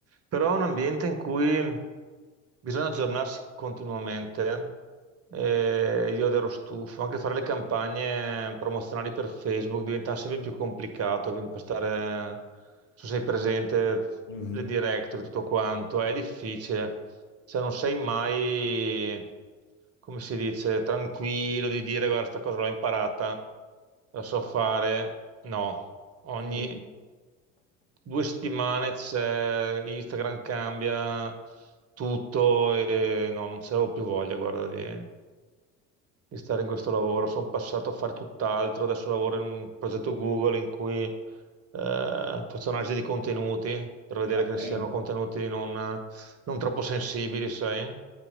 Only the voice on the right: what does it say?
però è un ambiente in cui Bisogna aggiornarsi continuamente. eh, io ero stufo, anche fare le campagne promozionali per Facebook diventa sempre più complicato per impostare, non so se sei presente,
le directory, tutto quanto, è difficile. Cioè non sei mai, come si dice, tranquillo di dire guarda, sta cosa l'ho imparata, la so fare. No, ogni
due settimane c'è, Instagram cambia tutto e no, non c'avevo più voglia, guarda, di, di stare in questo lavoro. Sono passato a fare tutt'altro, adesso lavoro in un progetto Google in cui eh, faccio analisi di contenuti per vedere
che
siano contenuti non, non troppo sensibili, sai?